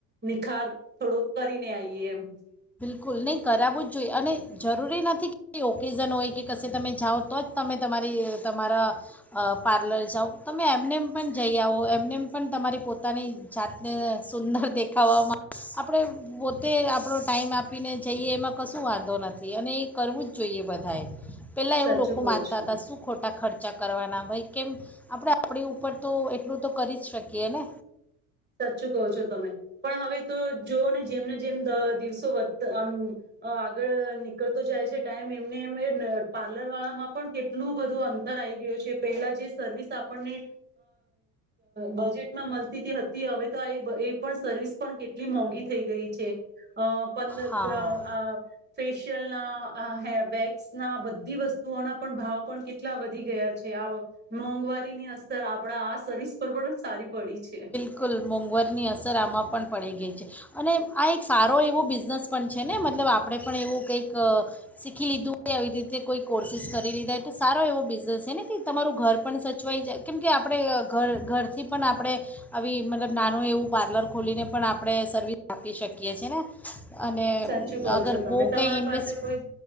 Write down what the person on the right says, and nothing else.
નિખાર થોડું કરીને આઈએ એમ.
સાચું
કહ
છું.
સાચચું કહો છો તમે પણ હવે તો જોઓ ને જેમને જેમ દિવસો વધતા આમ આગળ નીકળતો જાય છે ટાઈમ એમને એમ એ પાર્લર વાળામાં પણ કેટલું બધું અંતર આવીઈ ગયું છે પહેલા જે સર્વિસ આપણને બજેટમાં મળતી હતી. થી હવે તો એ એ પણ સર્વિસ પણ કેટલી મોંઘી થઈ ગઈ છે અ પંદ
આ ફેશિયલના આ હેર વેક્સના બધી વસ્તુઓના પણ ભાવ પણ કેટલા વધી ગયા છે આ મોંઘવારીની અસર આપણા આ સર્વિસ પર પણ સારી પડી છે.
સાચું કહો
છો તમે
તમારા
પાસે કોઈ